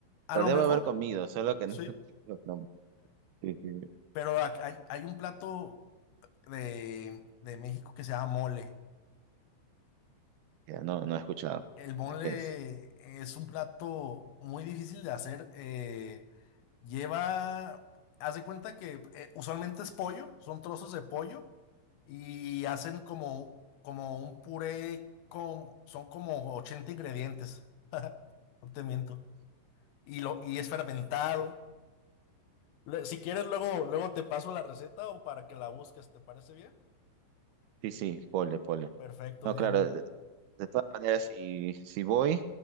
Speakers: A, on the left; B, on the right.
A: a
B: lo
A: lo
B: debo
A: mejor,
B: haber comido, solo que
A: sí.
B: no, <laughs> no, sí, sí,
A: Pero a- hay, hay un plato de, de México que se llama mole.
B: ya no, no he escuchado.
A: El mole
B: ¿De qué es?
A: es un plato muy difícil de hacer. eh, lleva, haz de cuenta que eh, usualmente es pollo, son trozos de pollo y hacen como, como un puré con, son como 80 ingredientes, no te miento. Y, lo, y es fermentado. Le- Si quieres, luego, luego te paso la receta o para que la busques, ¿te parece bien?
B: Sí, sí, pole, pole.
A: Perfecto,
B: No,
A: Diego.
B: claro, de, de todas maneras, si, si voy,